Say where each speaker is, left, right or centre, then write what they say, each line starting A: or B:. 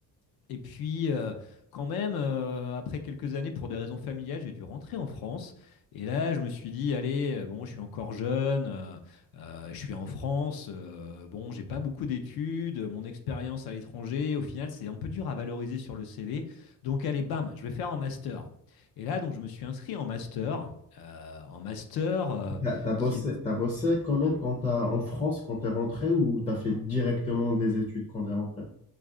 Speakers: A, on the left (about 75°); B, on the left (about 20°).
A: et puis, euh, quand même, euh, après quelques années, pour des raisons familiales, j'ai dû rentrer en France. Et là, je me suis dit, allez, euh, bon, je suis encore jeune, euh, euh, je suis en France, euh, bon, j'ai pas beaucoup d'études, mon expérience à l'étranger, au final, c'est un peu dur à valoriser sur le CV. Donc, allez, bam, je vais faire un master. Et là, donc, je me suis inscrit en master. euh, en master euh,
B: T'as, t'as bossé,
A: qui est
B: t'as bossé quand même quand t'as- en France quand t'es rentré ou t'as fait directement des études quand t'es rentré?